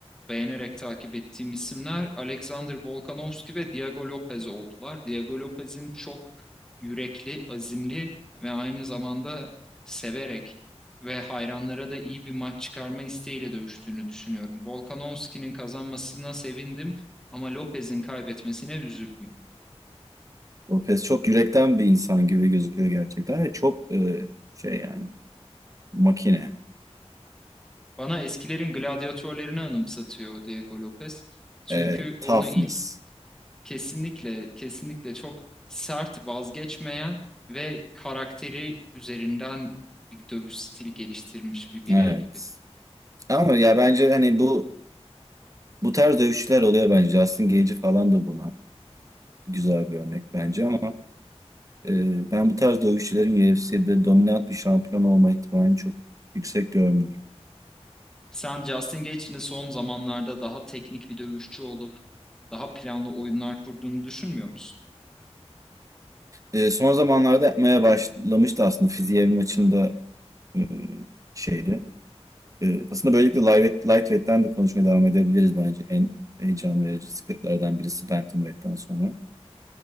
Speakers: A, in the centre; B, on the right.
A: beğenerek takip ettiğim isimler Alexander Volkanovski ve Diego Lopez oldular. Diego Lopez'in çok yürekli, azimli ve aynı zamanda severek ve hayranlara da iyi bir maç çıkarma isteğiyle dövüştüğünü düşünüyorum. Volkanovski'nin kazanmasına sevindim ama Lopez'in kaybetmesine üzüldüm.
B: Lopez çok yürekten bir insan gibi gözüküyor gerçekten. Ve çok e, şey yani makine.
A: Bana eskilerin gladyatörlerini anımsatıyor Diego Lopez. Çünkü
B: E,
A: onu
B: toughness.
A: ilk Kesinlikle, kesinlikle çok sert, vazgeçmeyen ve karakteri üzerinden bir dövüş stili geliştirmiş bir birey
B: Evet.
A: gibi.
B: Ama ya bence hani bu bu tarz dövüşçüler oluyor bence. Justin Gaethje falan da buna güzel bir örnek bence ama e, ben bu tarz dövüşçülerin UFC'de dominant bir şampiyon olma ihtimalini çok yüksek görmüyorum.
A: Sen Justin Gaethje'nin son zamanlarda daha teknik bir dövüşçü olup daha planlı oyunlar kurduğunu düşünmüyor musun?
B: E, son zamanlarda yapmaya başlamıştı aslında. Fiziev maçında e, şeydi. Ee, aslında böylelikle light, lightweight'ten de konuşmaya devam edebiliriz bence. En heyecan verici sıklıklardan birisi bantamweight'ten sonra.